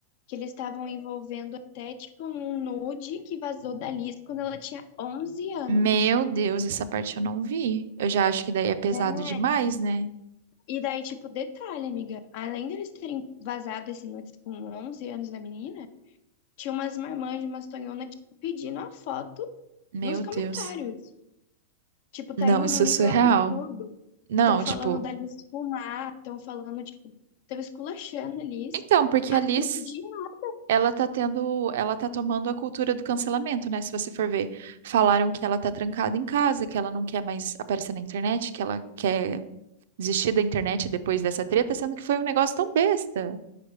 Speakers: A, on the left; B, on the right.
A: que eles estavam envolvendo até, tipo, um nude que vazou da Liz quando ela tinha 11 anos.
B: meu Deus, essa parte eu não vi. Eu já acho que daí é pesado
A: né?
B: demais, né?
A: E daí, tipo, detalhe, amiga, além deles terem vazado esse nudes com 11 anos da menina, tinha umas marmãs de umas tonhona, tipo, pedindo a foto
B: Meu
A: nos comentários.
B: Deus.
A: Tipo, tá
B: Não,
A: indo
B: isso
A: num nível
B: é surreal.
A: absurdo.
B: Não,
A: Estão falando
B: tipo,
A: da Liz fumar, estão falando, tipo, estão esculachando a Liz.
B: então, porque a Liz,
A: Eu pedi uma-
B: ela tá tendo, ela tá tomando a cultura do cancelamento, né? Se você for ver, falaram que ela tá trancada em casa, que ela não quer mais aparecer na internet, que ela quer desistir da internet depois dessa treta, sendo que foi um negócio tão besta.